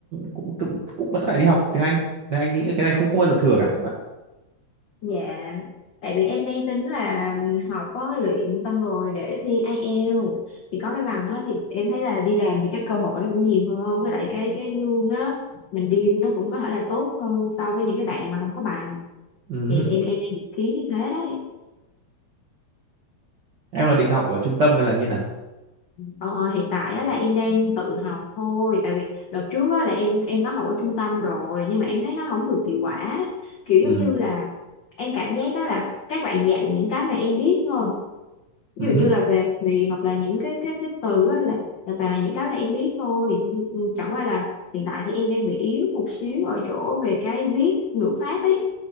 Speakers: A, on the right; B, on the left.
A: cũng cũng cũng vẫn phải đi học tiếng Anh. Nên anh nghĩ cái này không không bao giờ thừa cả các
B: Dạ, tại vì em đang tính là học có luyện xong rồi để thi IELTS thì có cái bằng đó thì em thấy là đi làm thì cái cơ hội nó cũng nhiều hơn với lại cái cái lương á mình deal nó cũng có thể là tốt hơn so với những cái bạn mà không có bằng
A: bạn.
B: thì em em đang dự kiến như thế đấy
A: Em là định học ở trung tâm hay là như nào?
B: ờ, hiện tại á, là em đang tự học thôi tại vì đợt trước á, là em em có học ở trung tâm rồi nhưng mà em thấy nó không được hiệu quả kiểu
A: Ừ,
B: giống như là em cảm giác đó là các bạn dạy những cái mà em biết thôi ví
A: ừ,
B: dụ
A: hứ,
B: như là về thì hoặc là những cái cái cái từ đó là, là toàn là những cái mà em biết thôi Nhưng- chẳng qua là hiện tại thì em đang bị yếu một xíu ở chỗ về cái viết ngữ pháp ấy